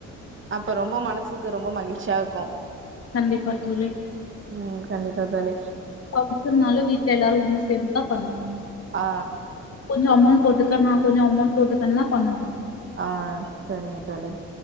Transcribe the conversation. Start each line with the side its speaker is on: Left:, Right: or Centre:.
Right: அப்போ ரொம்ப மனசுக்கு ரொம்ப மகிழ்ச்சியா இருக்கு
Left: கண்டிப்பா தோழி
Right: ம் கண்டிப்பா தோழி
Left: ஃபங்க்ஷன்னால வீட்ல எல்லாரு ஒன்னு சேந்துதா பண்ணுவோ
Right: ஆ
Left: கொஞ்சோ அமௌண்ட் போட்டுக்க நா கொஞ்சோ அமௌண்ட் போட்டுக்கனுதா பண்ணுவோ
Right: ஆ செரிங்க தோழி